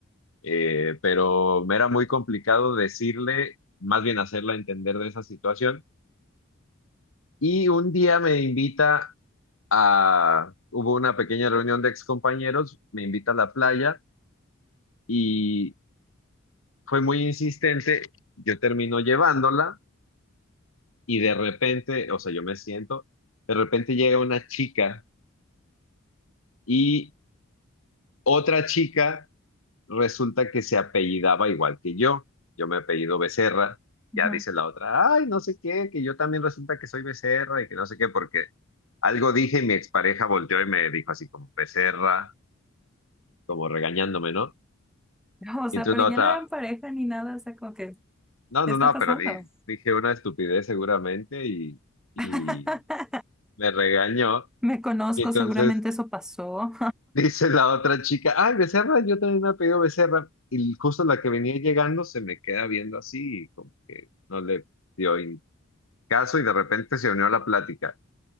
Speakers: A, on the left; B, in the centre.
A: eh, pero me era muy complicado decirle, más bien hacerla entender de esa situación. Y un día me invita a, hubo una pequeña reunión de excompañeros, me invita a la playa y fue muy insistente, yo termino llevándola. y de repente, o sea, yo me siento, de repente llega una chica y otra chica resulta que se apellidaba igual que yo. Yo me apellido Becerra,
B: Ujú.
A: ya dice la otra, ay, no sé qué, que yo también resulta que soy Becerra y que no sé qué, porque algo dije y mi expareja volteó y me dijo así como Becerra, como regañándome, ¿no?
B: No, o sea,
A: Y entonces
B: pero
A: la
B: ya
A: otra,
B: no eran pareja ni nada, o sea, como que,
A: no,
B: ¿qué
A: no,
B: está
A: no,
B: pasando?
A: pero di- dije una estupidez seguramente y, y
B: <laughs>
A: me regañó.
B: Me conozco,
A: Y entonces
B: seguramente eso pasó.
A: Dice la otra chica, ay, Becerra, yo también me he pedido Becerra. Y justo la que venía llegando se me queda viendo así, y como que no le dio in- caso y de repente se unió a la plática.